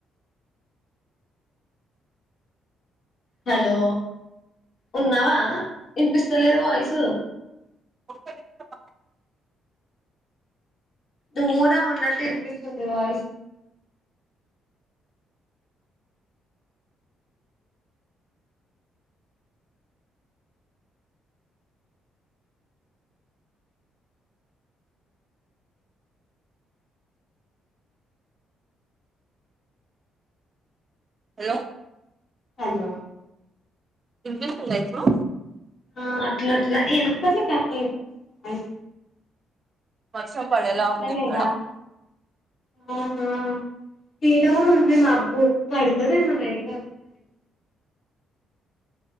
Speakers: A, on the left (about 55°); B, on the right (about 35°).
A: హలో ఉన్నావా ఇనిపిస్తలేదు వాయిసు.
B: <inaudible>
A: దూరం ఉన్నట్టు వినిపిస్తుంది వాయిస్.
B: హలో.
A: హలో.
B: వినిపిస్తుందా ఇప్పుడు.
A: ఆహ్ అట్ల అట్లా ఎందుకాట్లా కరెక్ట్ అయితు అయి
B: వర్షం పడెలా ఉంది
A: లేదా
B: ఇక్కడ.
A: ఆహా. ఈడ కూడా ఉంది మాబ్బు పడుతదేమో నైట్ వరకు మరి.